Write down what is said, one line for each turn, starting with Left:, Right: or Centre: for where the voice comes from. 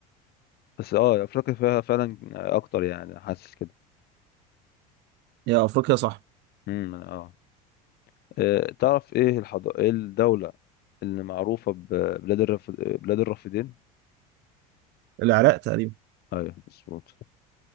Left: بس اه افريقيا فيها فعلا اكتر يعني حاسس كده
Right: يا افريقيا صح
Left: امم اه آه، تعرف ايه الحضارة ايه الدولة اللي معروفة ببلاد الرف... بلاد الرافدين
Right: العراق تقريبا
Left: ايوه مظبوط